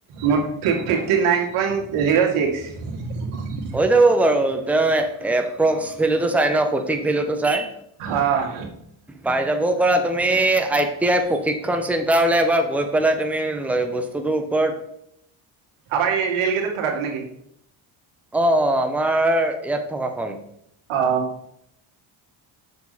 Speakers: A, on the right (about 85°); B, in the centre.
A: মোৰ fifty nine point zero six
B: হৈ বাৰু তেওঁ এপ্ৰক্স ভেলুটো চাই ন সঠিক ভেলুটো চাই
A: অ'
B: পাই যাবও পাৰ তুমি আই টি আই প্ৰশিক্ষ, খন চিন্তা হলে এবাৰ গৈ পেলাই তুমি ল বস্তুটোৰ ওপৰত
A: আাৰ এই ৰেলগেটত থকাটো নেকি
B: অ অ আমাৰ ইয়াত থকাখন
A: অ